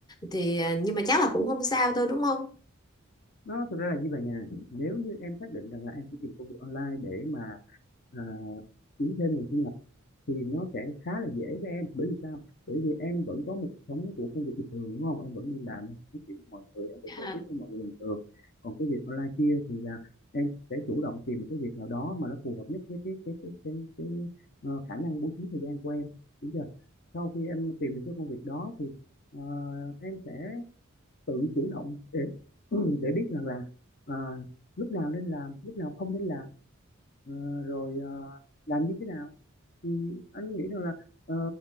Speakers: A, on the left; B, on the left.
A: thì ờ, nhưng mà chắc là cũng không sao thôi đúng không?
B: nó thực ra là như vậy nè nếu như em xác định rằng là em sẽ tìm công việc online để mà à, kiếm thêm nguồn thu nhập thì nó sẽ khá là dễ với em bởi vì sao bởi vì em vẫn có một cuộc sống của công việc bình thường đúng không em vẫn đi làm em nói chuyện với mọi người em vẫn
A: Dạ,
B: giao tiếp với mọi người bình thường còn cái việc online kia thì là em sẽ chủ động tìm một cái việc nào đó mà nó phù hợp nhất với cái cái cái cái, cái, ờ, khả năng bố trí thời gian của em đúng chưa sau khi em tìm được cái công việc đó thì ờ, em sẽ tự chủ động để <clears throat> để biết rằng là à, lúc nào nên làm lúc nào không nên làm ờ, rồi ờ, làm như thế nào thì anh nghĩ rằng là ờ,